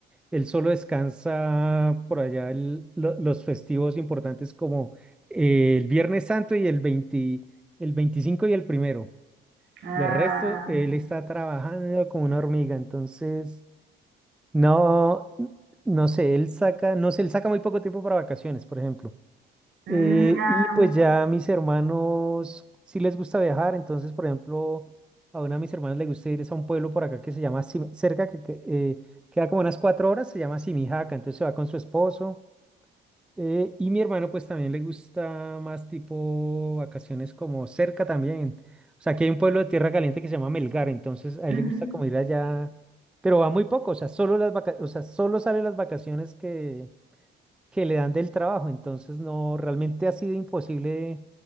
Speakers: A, in the centre; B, on the right.
A: Él solo descansa por allá el- lo- los festivos importantes como eh, el Viernes Santo y el 20 el 25 y el primero.
B: Ah,
A: De resto, él está trabajando como una hormiga, entonces no, no sé, él saca, no sé, él saca muy poco tiempo para vacaciones, por ejemplo.
B: mm,
A: Eh,
B: ah,
A: y pues ya a mis hermanos sí les gusta viajar, entonces, por ejemplo, a una de mis hermanos le gusta ir es a un pueblo por acá que se llama Sim- cerca, que, que, eh, queda como unas cuatro horas, se llama Simijaca, entonces se va con su esposo. eh, y mi hermano pues también le gusta más tipo vacaciones como cerca también. O sea, aquí hay un pueblo de Tierra Caliente que se llama Melgar, entonces a
B: ujú,
A: él le gusta como ir allá, pero va muy poco, o sea, solo las vaca- o sea, solo sale las vacaciones que que le dan del trabajo. Entonces, no, realmente ha sido imposible